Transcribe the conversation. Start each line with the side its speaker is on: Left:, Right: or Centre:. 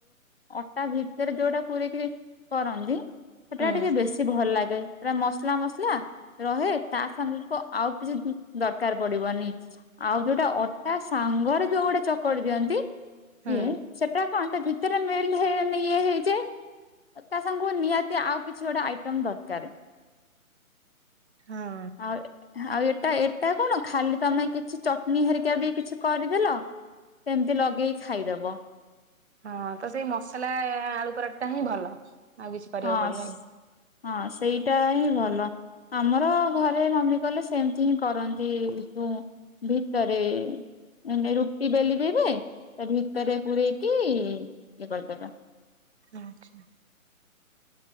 Left: ଅଟା ଭିତରେ ଯୋଉଟା ପୁରେଇକି କରନ୍ତି। ସେଟା
Right: ହୁଁ।
Left: ଟିକେ ବେଶୀ ଭଲ ଲାଗେ। ପୁରା ମସଲା ମସଲା ରହେ ତା ସାଙ୍ଗକୁ ଆଉ କିଛି ଦରକାର ପଡିବନି। ଆଉ ଯୋଉଟା ଅଟା ସାଙ୍ଗରେ ଯୋଉ ଗୋଟେ ଚକଡି ଦିଅନ୍ତି
Right: ହୁଁ
Left: ଇଏ ସେଟା କଣ ଭିତରେ ମେଲଡ଼ ହେଇ ଇଏ ହେଇଯାଏ ତା ସାଙ୍ଗକୁ ନିହାତି ଆଉ କିଛି ଗୋଟେ ଆଇଟମ୍ ଦରକାର।
Right: ହଁ
Left: ଆଉ ଆଉ ଏ ଏଟା ଏଟା କଣ ଖାଲି ତମେ କିଛି ଚଟଣି ହେରିକା ବି କିଛି କରିଦେଲ ସେମିତି ଲଗେଇ ଖାଇଦବ।
Right: ହଁ ତ ସେଇ ମସଲା ଆଳୁ ପରଟା ହିଁ ଭଲ। ଆଉ କିଛି କରିବାକୁ
Left: ହଁ
Right: ପଡିବନି।
Left: ହଁ ସେଇଟା ହିଁ ଭଲ। ଆମର ଘରେ ମମି କଲେ ସେମିତି ହିଁ କରନ୍ତି ଏ ଯୋ ଭିତରେ <unintelligible> ରୁଟି ବେଲି ଦେବେ ତା ଭିତରେ ପୁରେଇକି ଇଏ କରିଦେବେ ।
Right: ଆଚ୍ଛା।